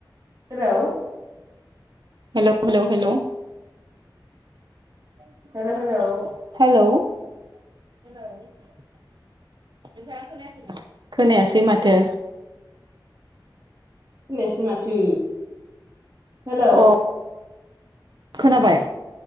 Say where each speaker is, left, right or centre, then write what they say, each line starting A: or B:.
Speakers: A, on the right (about 45°); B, on the right (about 65°).
A: हेलौ
B: हेल' हेल' हेल' <unintelligible>
A: हेल' हेलौ
B: हेल' <unintelligible> खोनायासै माथो
A: खोनायासै माथो हेल'
B: अ खोनाबाय